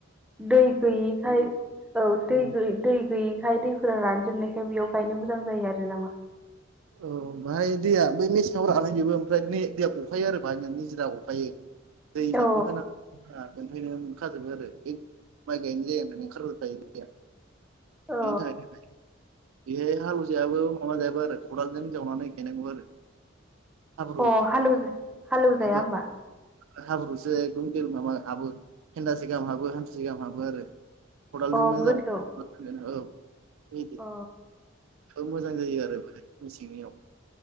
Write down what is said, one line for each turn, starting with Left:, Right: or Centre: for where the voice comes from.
Centre: दै गैयिखाय औ
Right: बांसिन
Centre: दै दै गैयि बेहाय दैफोरा रानजोबनायखाय बेयाव गायनो मोजां जायो आरो नामा
Right: औ बाहाय दैया बे मेसेङाव रानाहै जोबो ओमफ्राय दैया गरखायो आरो बाहायनानै निजिरा गखायो। दै
Centre: अ
Right: लेबो होना <unintelligible> मोनफैनो मोनखाजोबो आरो बे माइ गायनाय जागानिफ्रनो ओंखारबोखायो दैया।
Centre: अ
Right: बेनि थाखाय बेहाय हालौजायाबो माबा जायाबो आरो खदालजों जावनानै गायनांगौबो आरो हाब्रु
Centre: अ हालै- हालेवजाया
Right: ओहो
Centre: होमबा
Right: हाब्रुसो एखदम गेल माबा हाबो फेन्दासे गाहाम हाबो हान्थिुसे गाहाम हाबो आरो खदालजोंनो
Centre: अ गोथौ
Right: जावनानै औ बिदि
Centre: अ
Right: मोजां जायो आरो मेसेंनियाव